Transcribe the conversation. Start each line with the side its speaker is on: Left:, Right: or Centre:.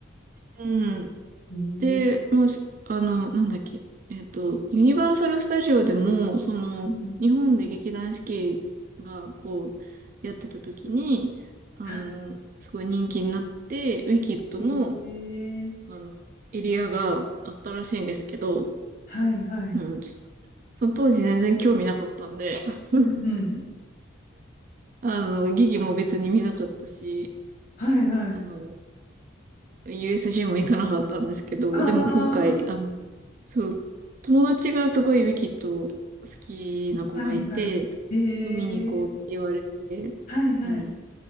Right: うん。
Left: へえ、
Right: で、もうしあの、なんだっけ。えっと、ユニバーサル・スタジオでも、その、
Left: うん
Right: 日本で劇団四季が、こう、やってた時に、あの、
Left: はい。
Right: すごい人気になって、ウィキッドの、
Left: へえ、
Right: あの、エリアがあったらしいんですけど、
Left: はい、はい。
Right: うん、その当時全然興味なかったんで、<laughs>
Left: うんうん。
Right: あの、劇も別に見なかったし、
Left: はいはい。
Right: あの、u s g も行かなかったんですけど、
Left: ああ、
Right: でも今回、あの、そう、友達がすごいウィキッド好きな子がいて、
Left: はいはい。ええ
Right: 見に行こうって言われて、
Left: はいはい。
Right: うん、